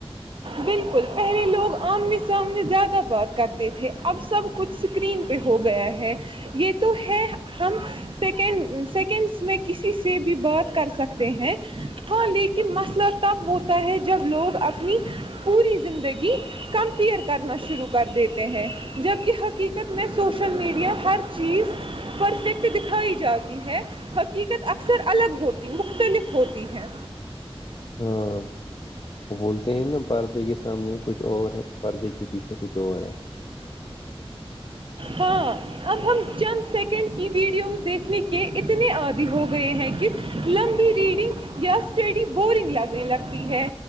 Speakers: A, on the right; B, on the left.
A: بالکل پہلے لوگ آمنے سامنے زیادہ بات کرتے تھے اب سب کچھ اسکرین پہ ہو گیا ہے یہ تو ہے ہم سیکنڈ سیکنڈس میں کسی سے بھی بات کر سکتے ہیں ہاں لیکن مسئلہ تب ہوتا ہے جب لوگ اپنی پوری زندگی کمپیئر کرنا شروع کر دیتے ہیں جبکہ حقیقت میں سوشل میڈیا ہر چیز پرفیکٹ دکھائی جاتی ہے حقیقت اکثر الگ ہوتی مختلف ہوتی ہے
B: ہاں وہ بولتے ہیں نا پردے کے سامنے کچھ اور ہے پردے کے پیچھے کچھ اور ہے
A: ہاں اب ہم چند سیکنڈ کی ویڈیوز دیکھے کے اتنے آدی ہو وہ یہ ہے کہ لمبی ریڈنگ یا اسٹڈی بورنگ لگنے لگتی ہے